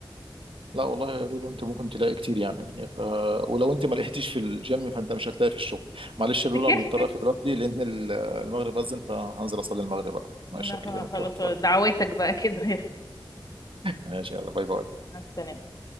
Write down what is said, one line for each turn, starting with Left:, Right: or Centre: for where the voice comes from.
Right: لا والله يا لولو انت ممكن تلاقي كتير يعني يعني ف... ولو انت ما لقيتيش في الجيم فانت مش هتلاقي في الشغل معلش
Left: افتكر
Right: يا لولو انا مضطر اقفل دلوقتي لان ال- المغرب اذن فهنزل اصلي المغرب بقى معلش
Left: لا
Right: اكلمك
Left: خلاص
Right: كمان شويه
Left: دعواتك بقى كده
Right: ماشي يلا باي باي
Left: <laughs> مع السلامة